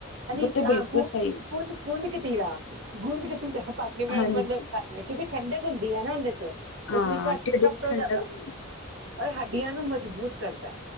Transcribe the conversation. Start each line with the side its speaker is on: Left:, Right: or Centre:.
Right: ਅਸੀਂ
Left: ਉਹ ਤੇ ਬਿਲਕੁਲ
Right: ਖੂ
Left: ਸਹੀ
Right: ਖੂਦ ਗੂੰਦ ਕਤੀਰਾ, ਗੂੰਦ ਕਤੀਰਾ ਬਾਕੀ
Left: ਹੈ
Right: ਮੈਂ
Left: ਹਾਂਜੀ
Right: ਮਤਲਬ ਖਾਂਦੀ ਹਾਂ ਕਿਉਂਕਿ ਠੰਡਕ ਹੁੰਦੀ ਹੈ ਨਾ ਉਦੇ ਚ
Left: ਹਾਂ
Right: ਇਸ ਲਈ ਘਰ ਚ
Left: ਢਿੱਡ
Right: ਸਭ
Left: ਨੂੰ
Right: ਤੋਂ
Left: ਠੰਡਕ
Right: ਜ਼ਿਆਦਾ।
Left: ਦਿੰਦੀ
Right: ਔਰ ਹੱਡੀਆਂ ਨੂੰ ਮਜ਼ਬੂਤ ਕਰਦੈ